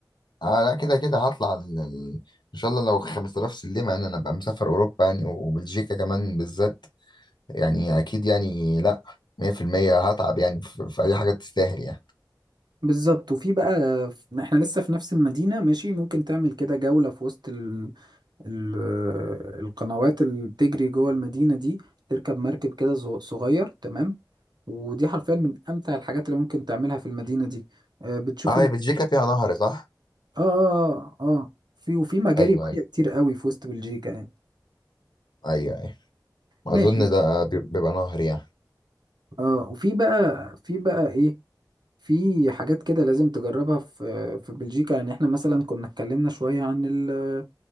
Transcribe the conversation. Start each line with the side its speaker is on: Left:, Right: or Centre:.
Left: اه لا كده كده هطلع ال- ال- ان شاء الله لو 5000 سلمة يعني انا ابقى مسافر اوروبا يعني وبلجيكا كمان بالذات يعني اكيد يعني لا 100% هتعب يعني في, في اي حاجة تستاهل يعني
Right: بالظبط وفي بقى احنا لسه في نفس المدينه ماشي ممكن تعمل كده جوله في وسط ال... ال... آه، القنوات اللي بتجري جوه المدينه دي تركب مركب كده صغ- صغير تمام ودي حرفيا من امتع الحاجات اللي ممكن تعملها في المدينه دي آه، بتشوف
Left: اه هي بلجيكا فيها نهر صح؟
Right: اه اه اه في وفي مجاري
Left: ايوه ايوه
Right: ميه كتير قوي في وسط بلجيكا يعني
Left: ايوه ايوه اظن
Right: ماشي
Left: ده بي- بيبقى نهر يعني
Right: اه وفي بقى في بقى ايه في حاجات كده لازم تجربها في في بلجيكا يعني احنا مثلا كنا اتكلمنا شويه عن ال-